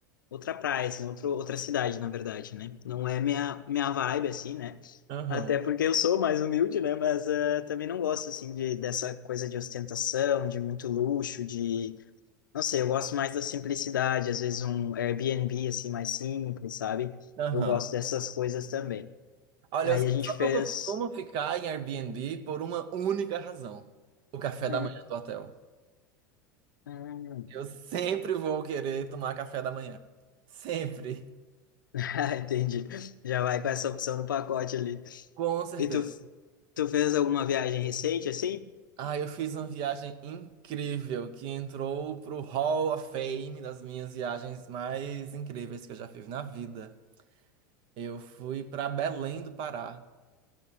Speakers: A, on the left; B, on the right.
A: outra praia, assim, outro, outra cidade, na verdade, né? Não é minha, minha vibe, assim, né?
B: Aham.
A: Até porque eu sou mais humilde, né? Mas eh, também não gosto, assim, de, dessa coisa de ostentação, de muito luxo, de... Não sei, eu gosto mais da simplicidade. Às vezes um Airbnb, assim, mais simples, sabe?
B: Aham.
A: Eu gosto dessas coisas também.
B: Olha,
A: Aí
B: eu só
A: a gente fez...
B: não costumo ficar em Airbnb por uma única razão: o café
A: Hum,
B: da manhã do hotel.
A: hum.
B: Eu
A: <laughs>
B: sempre vou querer tomar café da manhã. Sempre.
A: Ah, entendi. Já vai com essa opção no pacote ali.
B: Com certeza.
A: E tu, tu fez alguma viagem recente, assim?
B: Ah, eu fiz uma viagem incrível que entrou pro Hall of Fame das minhas viagens mais incríveis que eu já fiz na vida. Eu fui pra Belém do Pará.